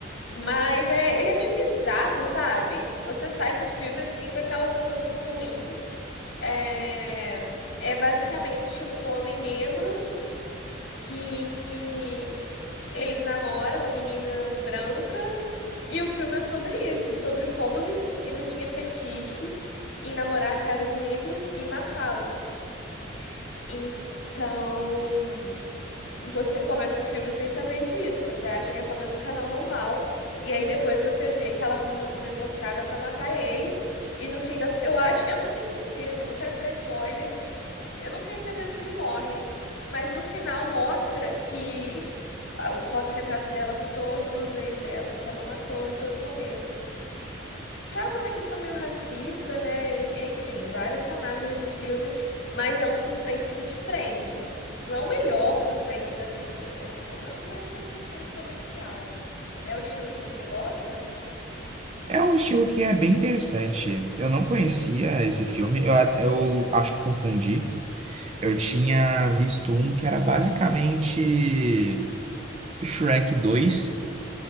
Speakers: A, on the left; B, on the right.
A: Mas é, ele é meio bizarro, sabe? Você sai do filme assim com aquela sensação ruim. É, é basicamente um homem negro que que ele namora uma menina branca e o filme é sobre isso, sobre como a menina tinha fetiche em namorar caras negros e matá-los. Então, você começa o filme sem saber disso. Você acha que é só mais um casal normal. E aí depois você vê que ela arruma uma emboscada pra matar ele. E no fim das. Eu acho. Eu não tenho certeza. eu Não quero te dar spoiler. Eu não tenho certeza se ele morre. Mas no final mostra que a- o porta-retrato dela com todos os ex dela, que ela matou, e todos são negros. Trata uma questão meio racista, né? En- Enfim, várias camadas desse filme, mas é um suspense que te prende. Não é o melhor suspense da vida, né? É um- é mais um suspense comercial. É o estilo que você gosta?
B: É um estilo que é bem interessante. Eu não conhecia esse filme, eu, a- eu acho que confundi. Eu tinha visto um que era basicamente Shrek dois.